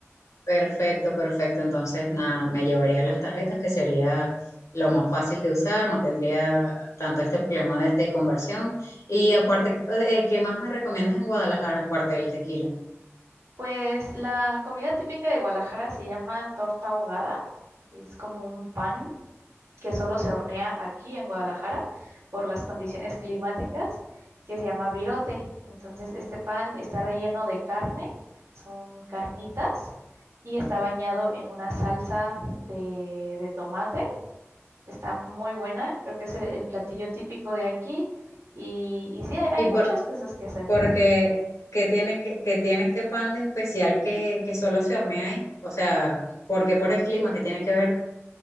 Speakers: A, on the left; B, on the right.
A: Perfecto, perfecto. Entonces, nada, me llevaría las tarjetas, que sería lo más fácil de usar, no tendría tanto este problema de, de conversión. Y aparte, eh, ¿qué más me recomiendas en Guadalajara, aparte del tequila?
B: Pues la comida típica de Guadalajara se llama torta ahogada, es como un pan que solo se hornea aquí en Guadalajara por las condiciones climáticas, que se llama virote. Entonces, este pan está relleno de carne, son carnitas, y está bañado en una salsa de, de tomate. Está muy buena, creo que es el, el platillo típico de aquí. Y, y sí, hay, hay
A: Y
B: muchas
A: por,
B: cosas que hacer.
A: porque, ¿qué tiene, que, que tiene este pan de especial que, que solo se hornea ahí? O sea, porque por el clima que tiene que ver?